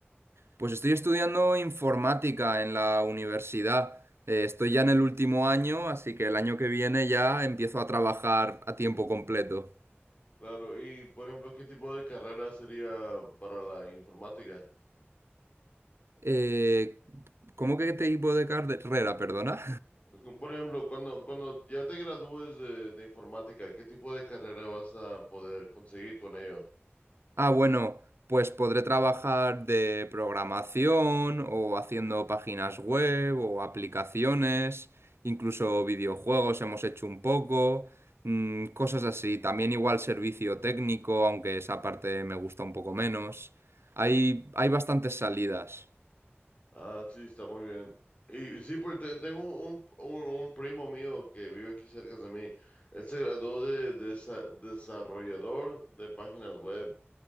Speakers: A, on the right; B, on the left.
A: Pues estoy estudiando informática en la universidad. Eh, estoy ya en el último año, así que el año que viene ya empiezo a trabajar a tiempo completo.
B: Claro, y por ejemplo, ¿qué tipo de carrera sería para la informática?
A: Eh, ¿cómo que qué tipo de carrera, perdona?
B: <laughs> Por ejemplo, cuando, cuando ya te gradúes de, de informática, ¿qué tipo de carrera vas a poder conseguir con ello?
A: Ah, bueno, pues podré trabajar de programación o haciendo páginas web o aplicaciones, incluso videojuegos hemos hecho un poco, mm, cosas así. También igual servicio técnico, aunque esa parte me gusta un poco menos. Hay, hay bastantes salidas.
B: Ah, sí, está muy bien. Y y sí, pues te- tengo un, un, un primo mío que vive aquí cerca de mí. Él se graduó de, desa- desarrollador de páginas web